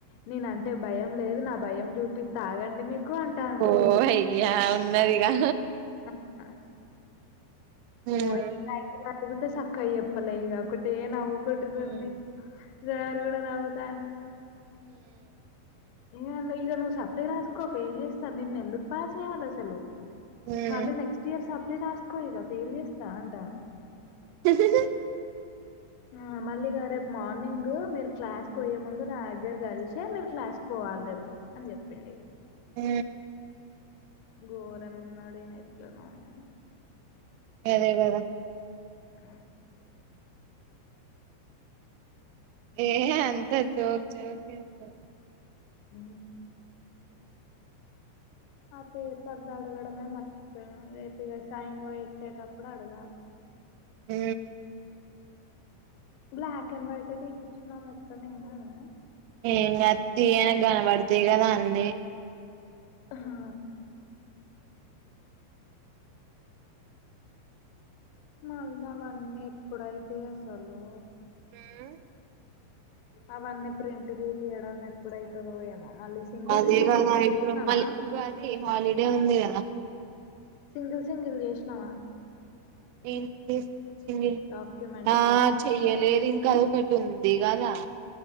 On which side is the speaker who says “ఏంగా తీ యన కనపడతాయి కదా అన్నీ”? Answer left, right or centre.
Right